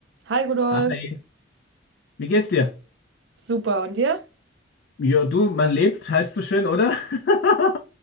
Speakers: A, on the right; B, on the left.
A: Hi Rudolf,
B: Hi, wie geht's dir?
A: super. Und dir?
B: Ja, du, man lebt, heißt so schön, oder? <laughs>